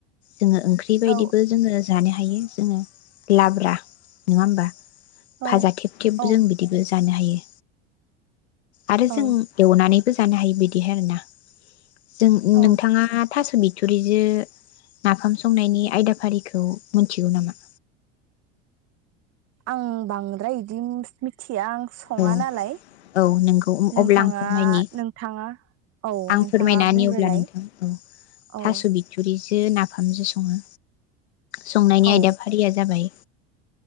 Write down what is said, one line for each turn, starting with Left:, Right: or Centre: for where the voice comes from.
Left: जोङो ओंख्रि बायदिबो
Right: औ
Left: जोङो जानो हा थायो जोङो लाब्रा नङा होमबा
Right: औ
Left: भाजा थेब थेब
Right: औ
Left: जों बिदिबो जानो हायो। आरो
Right: औ
Left: जों एवनानै जानो हायो बिदिहाय आरो ना जों
Right: औ
Left: नोंथाङा थास' बिथुरिजो नाफाम संनायनि आयदाफारिखौ मोनथिगौ नामा?
Right: आं बांद्राय इदि मिथ मिथि या आं सङा
Left: औ
Right: नालाय
Left: औ नंगौ
Right: नोंथाङा
Left: अब्ला आं फोरमायनि
Right: नोंथाङा औ
Left: आं
Right: नोंथाङा
Left: फोरमायना
Right: बुंग्रोलाय
Left: नि अब्ला नोंथां, औ थास
Right: औ
Left: बिथुरि दों नाफामजो सङो संनायनि
Right: औ
Left: आयदाफारिया जाबाय